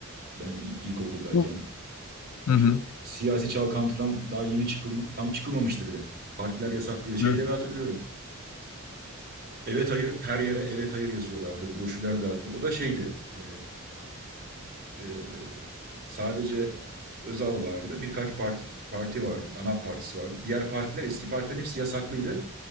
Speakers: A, on the right (about 45°); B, on the left (about 80°).
A: Ben il- ilkokuldayken.
B: Bu
A: E,
B: Hı hı.
A: çok siyasi çalkantıdan daha yeni çıkılma, tam çıkılmamıştı bile. Partiler yasaklıyor. Şeyleri
B: Evet.
A: hatırlıyorum. Evet hayır her yere evet hayır yazıyorlardı. Broşürler dağıtıyor. O da şeydi. e, e, sadece Özal vardı. Birkaç parti, parti vardı. ANAP partisi vardı. Diğer partiler eski partilerin hepsi yasaklıydı.